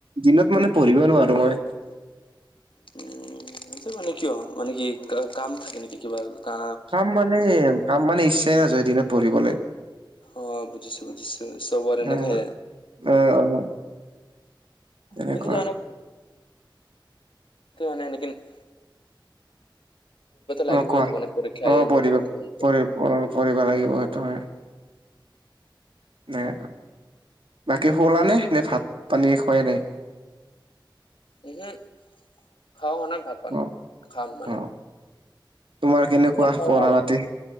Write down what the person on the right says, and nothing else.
দিনত মানে পঢ়িব নোৱাৰো মই,
কাম মানে কাম মানে ইচ্ছাই নাযায়। দিনত পঢ়িবলে
অ
অ তেনেকুৱা
অ কোৱা
অ পঢ়িব
পঢ়ি অ পঢ়িব লাগিব সেইটো হয়। নাই বাকী শুলা নে নে ভাত পানী খুৱাই নাই।
অ
অ তোমাৰ কেনেকুৱা
পঢ়া
ৰাতি